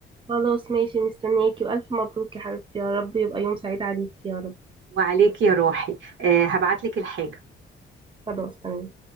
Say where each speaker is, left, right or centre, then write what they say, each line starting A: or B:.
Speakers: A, on the right; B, on the right.
A: خلاص ماشي مستنياكي وألف مبروك يا حبيبتي يا رب يبقى يوم سعيد عليكي يا رب
B: وعليك يا روحي آه، هبعت لك الحاجه
A: خلاص تمام